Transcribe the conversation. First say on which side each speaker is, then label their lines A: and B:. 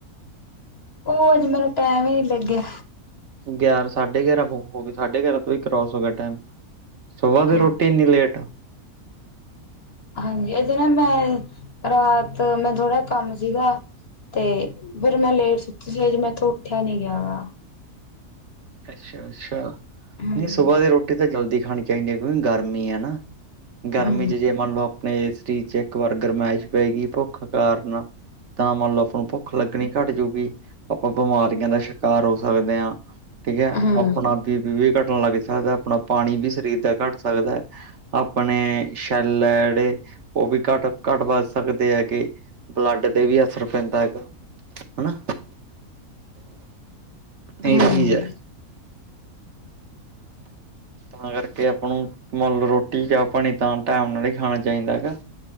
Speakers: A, on the left; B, on the right.
A: ਉਹ ਅੱਜ ਮੈਨੂੰ ਟੈਮ ਈ ਨੀ ਲੱਗਿਆ।
B: ਗਿਆਰਾਂ ਸਾਢੇ ਗਿਆਰਾਂ ਹੋ ਗਏ ਸਾਢੇ ਗਿਆਰਾਂ ਤੋਂ ਹੀ ਕਰੋਸ ਹੋ ਗਿਆ ਟਾਈਮ। ਸੁਬਾਹ ਦੀ
A: ਹਾਂ
B: ਰੋਟੀ ਏਨੀ ਲੇਟ।
A: ਹਾਂਜੀ, ਅਜੇ ਨਾ ਮੈਂ, ਰਾਤ ਮੈਂ ਥੋੜ੍ਹਾ ਕੰਮ ਸੀਗਾ। ਤੇ, ਫਿਰ ਮੈਂ ਲੇਟ ਸੁੱਤੀ ਸੀ, ਅਜੇ ਮੈਥੋਂ ਉੱਠਿਆ ਨਹੀਂ ਗਿਆ ਗਾ।
B: ਅੱਛਾ-ਅੱਛਾ,
A: ਹਮ
B: ਨਹੀਂ ਸੁਬਾਹ ਦੇ ਰੋਟ ਟੀ ਤਾਂ ਜਲਦੀ ਖਾਣੀ ਚਾਹੀਦੀ ਹਆ ਕਿਉਕਿ ਗਰਮੀ ਆ ਨਾ, ਗਰਮੀ
A: ਹਮ
B: ਚ ਜੇ ਮੰਨ ਲਓ ਆਪਣੇ ਸਰੀਰ ਚ ਇੱਕ ਵਾਰ ਗਰਮੈਸ਼ ਪੈ ਗਈ ਭੁੱਖ ਕਾਰਨ, ਤਾਂ ਮੰਨ ਲਓ ਭੁੱਖ ਲੱਗਣੀ ਘੱਟ ਜਾਉਗੀ, ਆਪਾਂ ਬਿਮਾਰੀਆਂ ਦਾ ਸ਼ਿਕਾਰ ਹੋ ਸਕਦੇ ਆਂ। ਠੀਕ ਐ
A: ਹਮ
B: ਆਪਣਾ ਬੀਪੀ ਵੀ ਘੱਟਣ ਲੱਗ ਸਕਦਾ, ਆਪਣਾ ਪਾਣੀ ਵੀ ਸਰੀਰ ਦਾ ਘੱਟ ਸਕਦਾ। ਆਪਣੇ ਸ਼ੈਲ ਆ ਜਿਹੜੇ ਉਹ ਵੀ ਘੱਟ, ਘੱਟ-ਵੱਧ ਸਕਦੇ ਹੈਗੇ, ਬਲੱਡ ਤੇ ਵੀ ਅਸਰ ਪੈਂਦਾ ਹੈਗਾ। ਹਨਾ? ਇਹੀ
A: ਹਮ
B: ਚੀਜ਼ ਐ। ਤਾਂ ਕਰਕੇ ਆਪਾਂ ਨੂੰ, ਮੰਨ ਲੋ ਰੋਟੀ ਚਾਹ-ਪਾਣੀ ਤਾਂ ਟਾਈਮ ਨਾਲ ਹੀ ਖਾਣਾ ਚਾਹੀਦਾ ਹੈਗਾ।